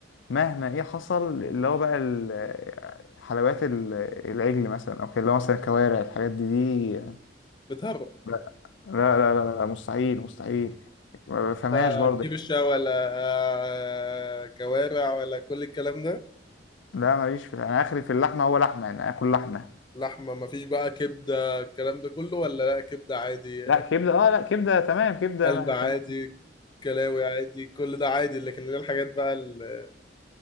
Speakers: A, on the left; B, on the left.
A: مهما ايه حصل اللي هو بقى ال- حلويات ال- العجل مثلا او كده اللي هو مثلا الكوارع الحاجات دي دي
B: بتهرب
A: لا لا لا لا, لا مستحيل مستحيل ما بفهمهاش
B: لا
A: برضه
B: كرشة ولا آه، كوارع ولا كل الكلام ده
A: لا ماليش في انا اخري في اللحمه هو لحمه يعني اكل لحمه
B: لحمة مفيش بقى كبدة الكلام ده كله ولا لا كبدة عادي
A: لا كبده اه لا كبده تمام كبده
B: قلب
A: ما
B: عادي
A: تمام
B: كلاوي عادي كل ده عادي لكن اللي هي الحاجات بقى اللي